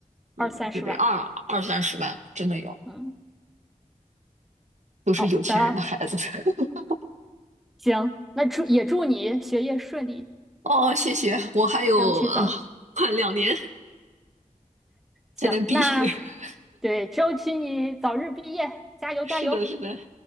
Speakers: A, on the right; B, in the centre.
A: 嗯，
B: 二三十万。
A: 就得二二三十万，真的要，
B: 嗯，
A: 都是有钱人的孩子。
B: 好的，
A: <laughs>
B: 行，那祝也祝你学业顺利，
A: 哦，谢谢，我还有啊，
B: 争取早，
A: 快两年
B: 行，
A: 才能毕业。
B: 那
A: <laughs>
B: 对，争取你早日毕业，加油加油。
A: 是的，是的，